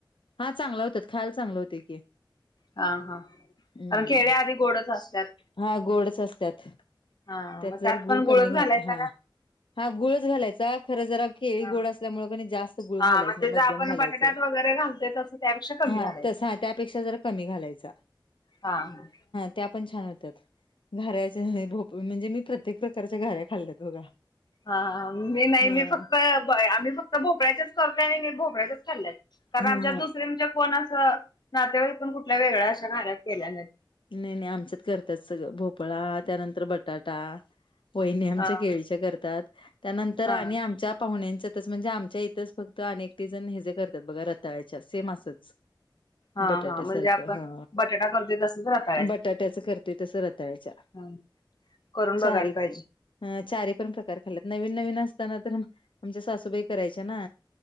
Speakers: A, on the left; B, on the left.
A: हा चांगला होत्यात खायला चांगलं होतंय की.
B: हा हा कारण
A: हम्म.
B: केळ्या आधी गोडच असतात.
A: हा गोडच असतात
B: हा
A: त्यात
B: मग
A: जर गुळ
B: पण गुळच
A: कमी घाल
B: घालायचा
A: हा.
B: का
A: हा गुळच घालायचा खरं जरा केळी
B: हा
A: गोड असल्यामुळे क जास्त गुळ
B: हा
A: घालायचं
B: म्हणजे
A: नाही
B: जर आपण
A: म घालायच
B: बटाट्यात वगैरे घालतोय तसं त्यापेक्षा कमी
A: हा
B: घालायचं
A: तस त्यापेक्षा ज कमी घालायचा.
B: हां हां.
A: त्या पण छान होतात घऱच्या म्हणजे मी प्रत्येक प्रकारच्या घाऱ्या खाल्ल्यात बघा.
B: हा मी नाही
A: हा.
B: मी फक्त आम्ही फक्त भोपळ्याच्याच करतय आणि नाही भोपळ्याच्याच चाल्या कारण
A: हा
B: आमच्या
A: हा
B: दुसरे म्हणजे कोणा असं नातेवाईतण कुठल्या वेगळ्या अशा घा्या केल्या नाहीत.
A: नाही नाही आमच्यात करतात सगळं भोपळा त्यानंतर बटाटा. वहिणी आमच्या
B: हा
A: केळीच्या करतात त्यानंतर
B: हा
A: आणि आमच्या पाहुण्यांच्या. म्हणजे आमच्या इथंच फक्त अनेकटी जण हे जे करतात बघा रताळ्याच्या सेम असच.
B: हा
A: बटाट्या
B: हा म्हणजे
A: सारखं
B: आपण
A: हा.
B: बटाटा करतोय तसंच राहत
A: बटाट्याच करते तस रताळ्याच्या
B: हम्म करून
A: चारी
B: बघायला पाहिजे.
A: अ चारी पण प्रकार खाल्यात नवीन नवीन असताना तर आम आमच्या सासूबाई. करायच्या ना